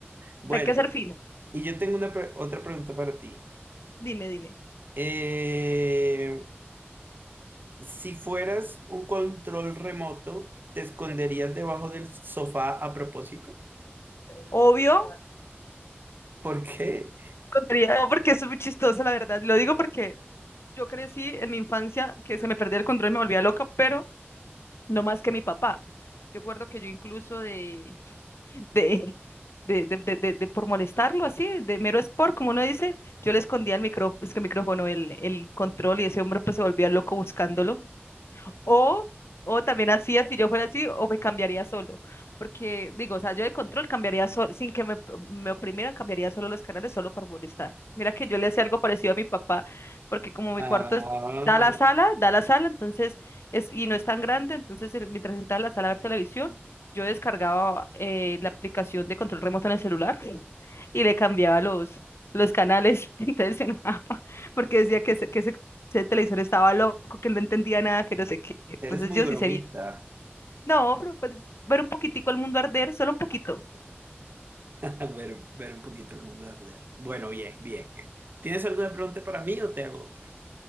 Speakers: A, on the right; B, on the left.
A: Bueno,
B: hay que ser fino.
A: y yo tengo una pre- otra pregunta para ti.
B: Dime, dime.
A: Eh, Si fueras un control remoto, ¿te esconderías debajo del sofá a propósito?
B: Obvio,
A: ¿Por qué?
B: tontería, no, porque eso es muy chistoso, la verdad. Lo digo porque yo crecí en mi infancia que se me perdía el control, me volvía loca, pero no más que mi papá. Yo recuerdo que yo incluso de, de, de, de, de- de- de por molestarlo así, de mero sport, como uno dice, yo le escondía el micrófono, es que el micrófono, el, el control, y ese hombre pues se volvía loco buscándolo. O, o también hacía, si yo fuera así, o me cambiaría solo. Porque digo, o sea, yo de control cambiaría solo, sin que me, me oprimieran, cambiaría solo los canales solo por molestar. Mira que yo le hacía algo parecido a mi papá, porque como mi
A: Ah,
B: cuarto es- da la sala, da la sala, entonces, es, y no es tan grande, entonces el- mientras entraba a la sala a ver televisión, yo descargaba eh, la aplicación de control remoto en el celular y le cambiaba los, los canales. <laughs> Entonces se enojaba <laughs> porque decía que, se- que se ese televisor estaba loco, que no entendía nada, que no sé qué. Entonces
A: eres muy
B: yo
A: bromista.
B: sí sería, no, pero pues ver un poquitico el mundo arder, solo un poquito.
A: <laughs> Ver, ver un poquito el mundo arder. Bueno, bien, bien. ¿Tienes alguna pregunta para mí o te hago otra?